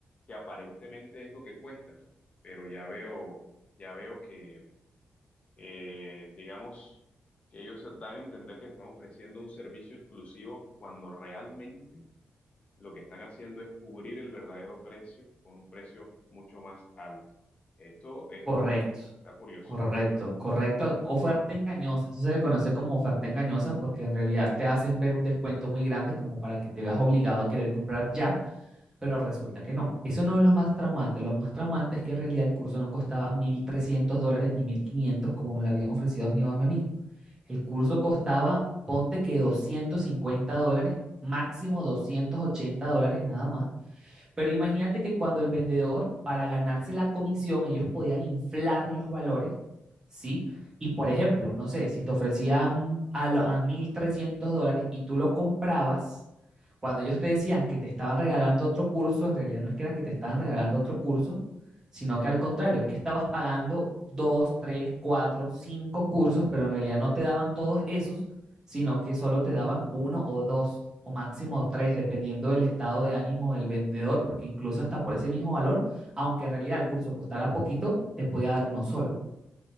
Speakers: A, on the left; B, on the right.
A: que aparentemente es lo que cuesta. Pero ya veo, ya veo que eh, digamos que ellos dan a entender que están ofreciendo un servicio exclusivo cuando realmente lo que están haciendo es cubrir el verdadero precio con un precio mucho más alto. Esto, esto
B: Correcto.
A: está curioso.
B: Correcto, correcto. Oferta engañosa. Eso se le conoce como oferta engañosa porque en realidad te hacen ver un descuento muy grande como para que te veas obligado a querer comprar ya, pero resulta que no. Eso no es lo más traumante. Lo más traumante es que en realidad el curso no costaba 1.300 dólares ni 1.500, como me lo habían ofrecido a mí o a mi amigo. El curso costaba, ponte que 250 dólares, máximo 280 dólares nada más. Pero imagínate que cuando el vendedor, para ganarse la comisión, ellos podían inflar los valores, ¿sí? Y por ejemplo, no sé, si te ofrecían a, lo- a 1.300 dólares y tú lo comprabas, cuando ellos te decían que te estaban regalando otro curso, en realidad no es que era que te estaban regalando otro curso, sino que al contrario, es que estabas pagando dos, tres, cuatro, cinco cursos, pero en realidad no te daban todos esos sino que solo te daban uno o dos o máximo tres, dependiendo del estado de ánimo del vendedor, porque incluso hasta por ese mismo valor, aunque en realidad el curso costara poquito, te podía dar uno solo.